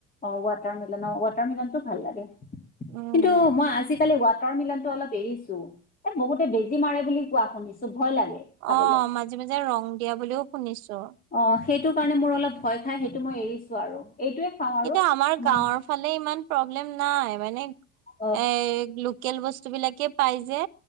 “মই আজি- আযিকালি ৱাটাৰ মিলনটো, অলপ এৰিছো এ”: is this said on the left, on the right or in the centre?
Left